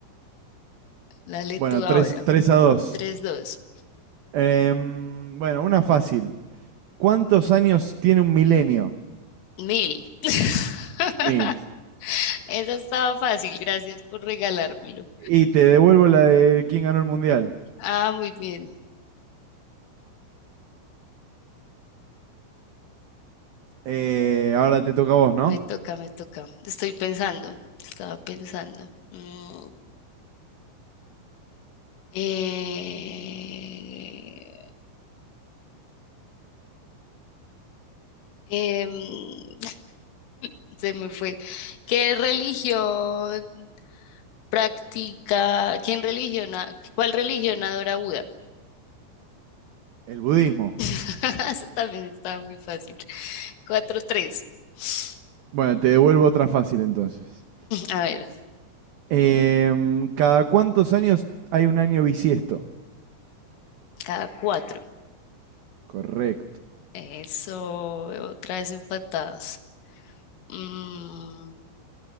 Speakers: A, on the left (about 75°); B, on the right (about 85°).
A: Dale
B: Bueno,
A: tú ahora.
B: tres a dos.
A: Tres, dos,
B: Em, bueno, una fácil. ¿Cuántos años tiene un milenio?
A: mil. <laughs>
B: Mil.
A: Esa estaba fácil, gracias por regalármelo.
B: Y te devuelvo la de quién ganó el mundial.
A: Ah, muy bien.
B: Eh, ahora te toca a vos, ¿no?
A: Me toca, me toca. Estoy pensando, estaba pensando. Mm, eh, em, <laughs> se me fue. ¿Qué religión practica? ¿Quién religiona? ¿Cuál religión adora Buda?
B: El budismo.
A: <laughs> Eso también estaba muy fácil. cuatro tres <sniffs>
B: Bueno, te devuelvo otra fácil entonces.
A: A ver,
B: Em, ¿cada cuántos años hay un año bisiesto?
A: cada cuatro.
B: Correcto.
A: Eso, otra vez empatados. Mm,